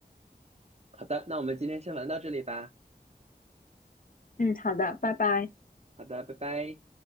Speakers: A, on the right (about 40°); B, on the left (about 55°).
A: 好的，那我们今天先玩到这里吧。
B: 嗯，好的，拜拜。
A: 好的，拜拜。